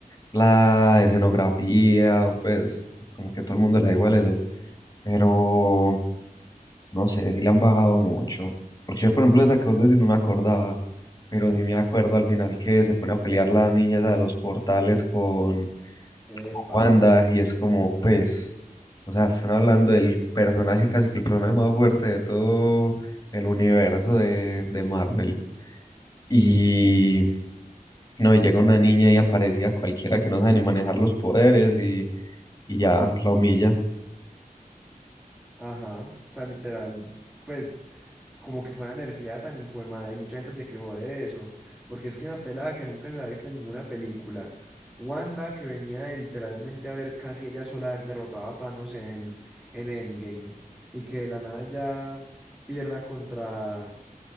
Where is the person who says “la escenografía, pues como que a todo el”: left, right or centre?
Left